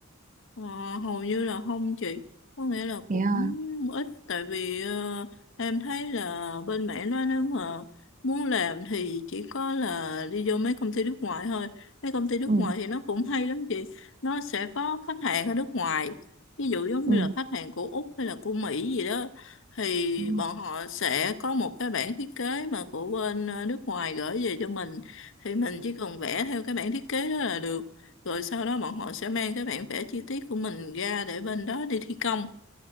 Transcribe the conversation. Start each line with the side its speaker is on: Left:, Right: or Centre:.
Left: Ờ, hầu như là không chị có nghĩa là
Right: thế
Left: cũng
Right: à
Left: ít tại vì ờ, em thấy là bên mẹ nó nếu mà muốn làm thì chỉ có là đi vô mấy công ty nước ngoài thôi mấy công ty nước
Right: ừ
Left: ngoài thì nó cũng hay lắm chị nó sẽ có khách hàng ở nước ngoài ví dụ giống
Right: ừ,
Left: như là khách hàng của Úc hay là của Mỹ gì đó thì
Right: ừ.
Left: bọn họ sẽ có một cái bản thiết kế mà của bên ờ, nước ngoài gửi về cho mình thì mình chỉ cần vẽ theo cái bản thiết kế đó là được rồi sau đó bọn họ sẽ mang cái bản vẽ chi tiết của mình ra để bên đó đi thi công